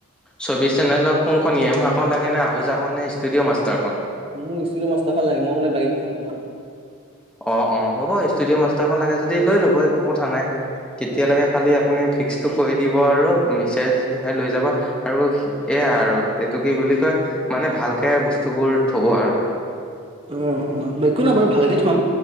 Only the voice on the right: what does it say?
মোক ষ্টুডিঅ মাষ্টাৰখন লাগে মই মানে বাইক এখন নলাওঁ।
আচ্ছা
অ'-অ', একো নাই বাৰু ভালকে থম,